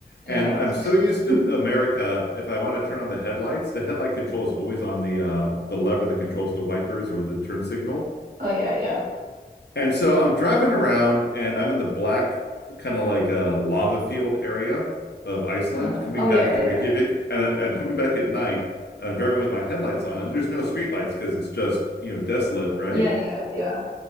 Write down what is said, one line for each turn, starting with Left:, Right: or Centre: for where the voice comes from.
Right: Yeah.
Left: And
Right: it's-
Left: I'm so used to
Right: <laughs>
Left: America, if I want to turn on the headlights, the headlight control is always on the um, the lever that controls the wipers or the turn signal.
Right: Oh yeah, yeah.
Left: And so I'm driving around and I'm in the black, kind of like a lava field area of Iceland,
Right: Uh,
Left: coming
Right: oh yeah,
Left: back
Right: yeah,
Left: to Reykjavik.
Right: yeah.
Left: And I, am coming back at night and I'm driving with my headlights
Right: Oh,
Left: on, and there's no streetlights because it's just, you know, desolate, right?
Right: yeah, yeah, yeah.